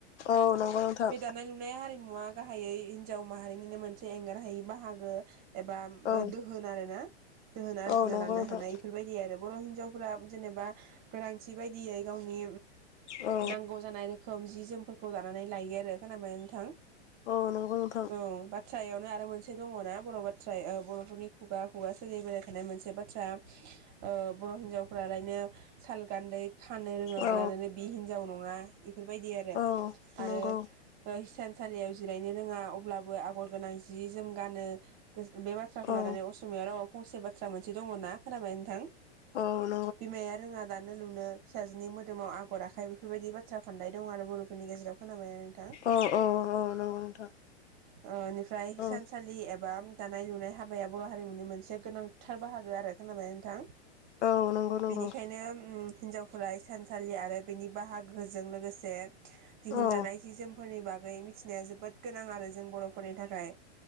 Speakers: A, on the left; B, on the right.
A: औ नंगौ नोंथां
B: बे दानाय लुनाय हारि मुवा गाहायै हिनजाव माहारिनिनो मोनसे एंगार हायि बाहागो। एबा
A: औ
B: दोहोन आरो ना। दोहोन आरजिना
A: औ नंगौ
B: लानो
A: नोंथां
B: हानाय बेफोरबायदि आरो बर' हिनजाव जेनेबा गोनांथि बाय दियै गावनि
A: औ
B: नांगौजानाय रोखोम जि जोम फोरखौ दानानै लायो आरो खोबायना नोंथां
A: औ नंगौ नोंथां
B: औ बाथ्रायावनो आरो मोनसे दङना बर' बाथ्रा ओ बर'फोरनि खुगा खुगा सोलिबोबाय थानाय मोनसे बाथ्रा ओ बर' हिनजावफ्रालायनो साल गान्दै खानो रोङाब्लानो
A: औ
B: बि हिन जाव नङा इफोरबायदि आरो
A: औ
B: आरो
A: नंगौ
B: हिसान सालियाव जिरायनो रोङा अब्लाबो आगर गोनां जि जोम गानो बे बाथ्राखौ
A: औ
B: लानानै अस' रावाव फंसे बाथ्रा मोनसे दंङना खोनाबायना नोंथां
A: औ नंगौ
B: बिमाया रोंङा दा नोलुनो फिसाजोनि मोदोमाव आगर आखाय बेफोरबायदि बाथ्रा फानदाय दं आरो बर'फोरनि गेजेराव। खोनाबायना नोंथां
A: औ औ औ नंगौ नोंथां
B: अ फ्राय सानसालि
A: औ
B: एब बाय दानाय लुनाय हाबाया बर हारि मुनि मोनसे गोनांथार बाहागो आरो खोनाबाय नोंथां
A: औ नंगौ नंगौ
B: बेनिखायनो उम हिनजावफोरा इसानसालि आरो बेनि बाहागोजों लोगोसे दिहुनजानाय
A: औ
B: सि जोमफोरनि बाग बागै मिथिनाया जोबोद गोनां आरो जों बरफोरनि थाखाय